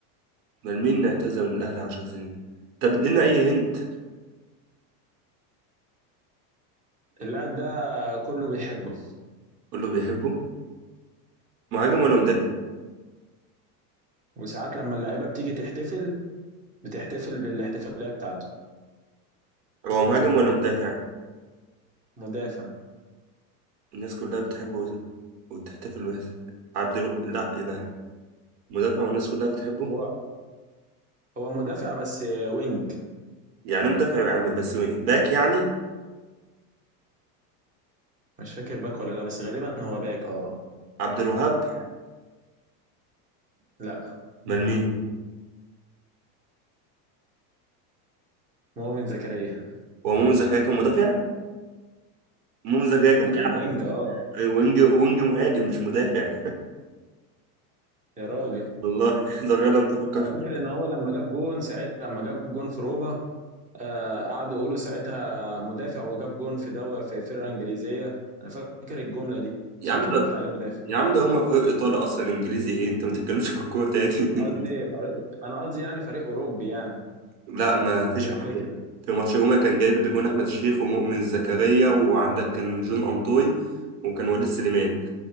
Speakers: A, on the right; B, on the right.
A: من مين اعتزل من الاهلي 10 سنين طب ادينا اي هنت
B: اللاعب ده كله بيحبه
A: قول له بيحبه مهاجم ولا مدافع
B: امم وساعات لما اللعيبه بتيجي تحتفل بتحتفل بالاحتفاليه بتاعته
A: هو مهاجم ولا مدافع
B: مدافع
A: الناس كلها بتحبه وتحتفل به عبد الو... لا ايه ده مدافع والناس كلها بتحبه
B: هو هو مدافع بس آه، وينج
A: يعني مدافع يعني بس باك يعني
B: مش فاكر باك ولا لا بس غالبا هو باك اه
A: عبد الوهاب
B: لا
A: امال مين
B: مؤمن زكريا
A: هو مؤمن زكريا كان مدافع مؤمن زكريا كان
B: ما كان
A: بيلعب
B: وينج اه
A: وينج وينج مهاجم مش مدافع
B: يا راجل
A: <laughs> والله طب يلا انت فكر
B: انا
A: في الكورة.
B: فاكر ان هو لما جاب جون ساعتها لما جاب جون في روما آه قعدوا يقولوا ساعتها مدافع وجاب جون في دوا في فرقه انجليزيه انا فاكر الجمله دي
A: يا
B: عشان
A: عم
B: كده
A: ده
B: قلت عليه مدافع
A: يا عم ده هما فريق ايطالي اصلا انجليزي ايه انت ما بتتكلمش في الكوره تاني <laughs> انت
B: قصدي فريق انا قصدي يعني فريق اوروبي يعني
A: لا ما فيش
B: دي الفكره
A: حد في ماتش روما كان جايب اللي جون احمد الشيخ ومؤمن زكريا وعندك كان جون انطوي وكان وليد سليمان